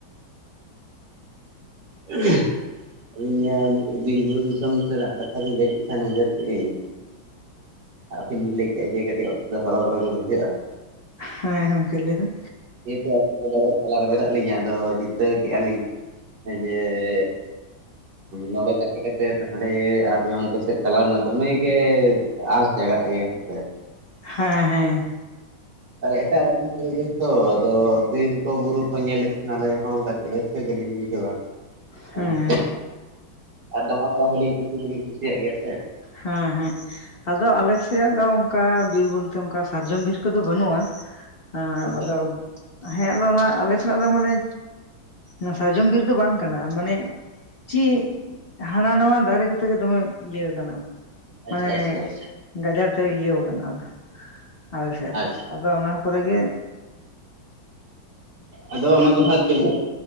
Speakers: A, on the right; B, on the left.
A: ᱩᱸᱦ ᱟᱹᱵᱤᱱᱤᱭᱟᱹ ᱵᱤᱨᱼᱵᱩᱨᱩ ᱫᱤᱥᱚᱢ ᱥᱮᱫᱟᱜ ᱠᱟᱛᱷᱟ ᱵᱮᱱ ᱞᱟᱹᱭ ᱠᱮᱜ ᱠᱷᱟᱱ ᱩᱭᱦᱟᱹᱨ ᱠᱮᱫᱟᱹᱧ ᱟᱹᱵᱤᱱ ᱵᱮᱱ ᱞᱟᱹᱭ ᱠᱮᱫᱟ ᱡᱮ ᱠᱟᱹᱴᱤᱡ ᱚᱱᱫᱚ ᱫᱚ ᱦᱚᱨᱚᱵᱚᱨᱚᱜ ᱜᱮ ᱵᱩᱡᱷᱟᱹᱜᱼᱟ ᱾
B: ᱦᱮᱸ ᱦᱮᱸ ᱜᱚᱝᱠᱮ ᱞᱟᱹᱭ ᱵᱮᱱ
A: ᱡᱮᱦᱮᱛᱩ ᱟᱹᱞᱤᱧ ᱫᱚ ᱵᱟᱡᱟᱨ ᱛᱟᱞᱟᱨᱮ ᱢᱮᱱᱟᱜ ᱞᱤᱧᱟᱹ ᱟᱫᱚ ᱪᱤᱱᱛᱟᱹ ᱠᱮᱫᱼᱟ ᱞᱤᱧ, ᱡᱮ ᱱᱚᱰᱮ ᱛᱟᱦᱮᱸ ᱠᱟᱛᱮᱜ ᱦᱟᱸᱰᱮ ᱟᱯᱮ ᱚᱱᱛᱮ ᱥᱮᱫ ᱪᱟᱞᱟᱣ ᱨᱮᱱᱟᱜ ᱫᱚᱢᱮ ᱜᱮ ᱟᱥ ᱡᱟᱜᱟᱜ‌ ᱜᱮᱭᱟ ᱦᱮᱸ ᱥᱮ ᱾
B: ᱦᱟᱸ ᱦᱮᱸ ᱾
A: ᱮᱴᱟᱜ ᱨᱚᱠᱚᱢ ᱯᱚᱨᱤᱵᱮᱥ ᱛᱚ ᱟᱫᱚ ᱵᱤᱨ ᱠᱚ ᱵᱩᱨᱩ ᱠᱚ ᱧᱮᱞ ᱞᱮᱠᱷᱟᱱ ᱟᱞᱮ ᱦᱚᱸ ᱠᱟᱹᱴᱤᱡ ᱠᱟᱹ ᱜᱮᱞᱤᱧ ᱵᱩᱡᱟᱹᱣᱟ ᱾
B: ᱦᱮᱸ
A: ᱚᱱᱟ ᱠᱷᱟᱹᱛᱤᱨ ᱟᱨ ᱫᱟᱬᱟ ᱵᱟᱲᱟ ᱦᱚᱸᱞᱤᱧ ᱠᱩᱥᱤ ᱫᱚᱞᱤᱧ ᱠᱩᱥᱤᱭᱟᱜ ᱜᱮᱭᱟ ᱥᱮ
B: ᱦᱮᱸ ᱦᱮᱸ ᱾ ᱟᱫᱚ ᱟᱞᱮᱥᱮᱫ ᱫᱚ ᱚᱱᱠᱟ ᱵᱤᱨ ᱵᱚᱞᱛᱮ ᱚᱱᱠᱟ ᱥᱟᱨᱡᱚᱢ ᱵᱤᱨ ᱠᱚᱫᱚ ᱵᱟᱹᱱᱩᱜᱼᱟ᱾ ᱦᱮᱸ
A: ᱦᱮᱸᱛᱚ
B: ᱟᱫᱚ ᱦᱮᱸᱫᱚ ᱚᱱᱟ ᱟᱞᱮ ᱥᱮᱱᱟᱜ ᱫᱚ ᱢᱟᱱᱮ ᱚᱱᱟ ᱥᱟᱨᱡᱚᱢ ᱵᱤᱨ ᱫᱚ ᱵᱟᱝ ᱠᱟᱱᱟ ᱢᱟᱱᱮ ᱪᱮᱜ ᱦᱟᱱᱟ ᱱᱟᱣᱟ ᱫᱟᱨᱮ ᱠᱚᱛᱮ ᱜᱮ ᱫᱚᱢᱮ ᱤᱭᱟᱹ ᱠᱟᱱᱟ ᱾
A: ᱟᱪᱪᱷᱟ
B: ᱢᱟᱱᱮ
A: ᱟᱪᱪᱷᱟ ᱟᱪᱪᱷᱟ
B: ᱜᱟᱡᱟᱲ ᱛᱮ ᱤᱭᱟᱹᱣ ᱠᱟᱱᱟ ᱟᱫᱚ ᱟᱞᱮ ᱥᱮᱫ
A: ᱟᱪᱪᱷᱟ
B: ᱫᱚ᱾ ᱟᱫᱚ ᱚᱱᱟ ᱠᱚᱨᱮ ᱜᱮ
A: ᱟᱫᱚ ᱚᱱᱟ ᱫᱚ ᱦᱟᱸᱜ ᱪᱮᱫ